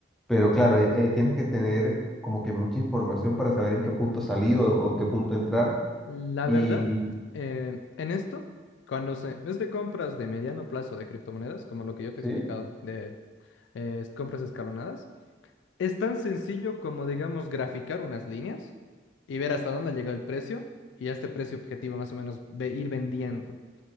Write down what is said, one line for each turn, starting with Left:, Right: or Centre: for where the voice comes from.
Centre: pero claro, eh, eh, tienes que tener como que mucha información para saber en qué punto salir o, o en qué punto entrar.
Left: La
Centre: Y
Left: verdad, eh, en esto, cuando se, es de compras de mediano plazo de criptomonedas, como lo que yo te
Centre: sí,
Left: he explicado, de eh, compras escalonadas, es tan sencillo como, digamos, graficar unas líneas y ver hasta dónde ha llegado el precio y a este precio objetivo más o menos ve- ir vendiendo.